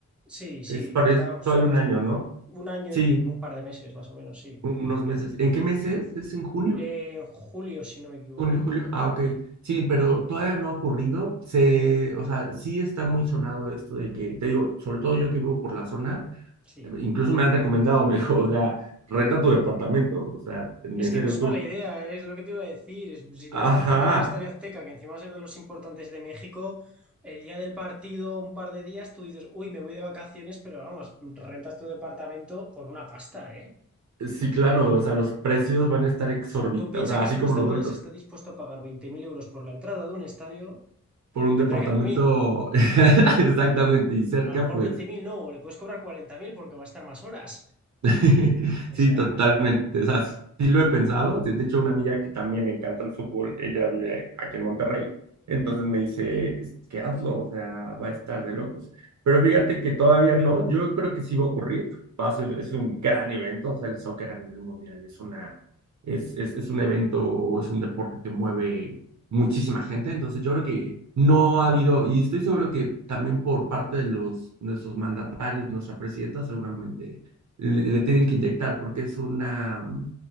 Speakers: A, in the centre; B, on the right.
A: Sí, sí,
B: Es, parece
A: falta, sí,
B: todavía
A: más
B: un año, ¿no?
A: un año
B: Sí,
A: y un par de meses, más o menos, sí.
B: Unos meses. ¿En qué meses? ¿Es en junio?
A: Eh, en julio, si no me equivoco.
B: ¿Junio, julio? Ah, ok. Sí, pero todavía no ha ocurrido. Se, o sea, sí está muy sonado esto de que, te digo, sobre todo yo que vivo por la zona,
A: Sí.
B: eh, incluso me han recomendado, <laughs> me dijo, o sea, renta tu departamento. O sea, en
A: Es que
B: serio,
A: no es
B: tú.
A: mala idea, es lo que te iba a decir. Es- si vives
B: Ajá.
A: tan cerca del Estadio Azteca, que encima va a ser de los importantes de México, el día del partido, un par de días, tú dices, uy, me voy de vacaciones, pero vamos, rentas tu departamento por una pasta, ¿eh?
B: Sí, claro, o sea, los precios van a estar exorbitantes,
A: O sea, tú piensas
B: o sea,
A: que
B: así
A: si un
B: como
A: estadounidense
B: los boletos
A: está dispuesto a pagar 20.000 euros por la entrada de un estadio,
B: por un departamento
A: tendrá que dormir.
B: <laughs> exactamente y cerca,
A: A lo mejor
B: pues
A: 20.000 no, o le puedes cobrar 40.000 porque va a estar más horas.
B: <laughs>
A: O
B: Sí,
A: sea,
B: totalmente. O sea, sí lo he pensado. De hecho, una amiga que también le encanta el fútbol, ella vive aquí en Monterrey. Entonces me dice, es que hazlo, o sea, va a estar de locos. Pero fíjate que todavía no, yo creo que sí va a ocurrir. Va a ser, es un gran evento, o sea, el soccer a nivel mundial es una, es, es, es un evento, es un deporte que mueve muchísima gente. Entonces yo creo que no ha habido, y estoy seguro que también por parte de los, nuestros mandatarios, nuestra presidenta, seguramente le, le tienen que inyectar porque es una, mm,